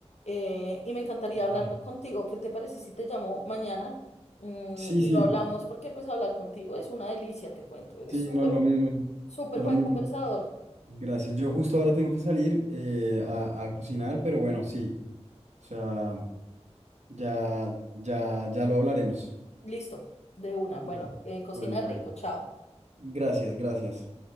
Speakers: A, on the left (about 70°); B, on the right (about 75°).
A: eh, y me encantaría
B: total.
A: hablarlo contigo. ¿Qué te parece si te llamo mañana? Mm,
B: sí,
A: y
B: sí,
A: lo hablamos porque pues hablar contigo es una delicia, te cuento. Eres
B: sí,
A: súper,
B: no, lo mismo,
A: súper
B: lo
A: buen
B: mismo.
A: conversador.
B: Gracias. Yo justo ahora tengo que salir eh, a, a cocinar, pero bueno, sí. O sea, ya, ya, ya lo hablaremos.
A: Listo, de una. Bueno,
B: Claro.
A: eh, cocina
B: Bueno,
A: rico,
B: bueno.
A: chao.
B: Gracias, gracias.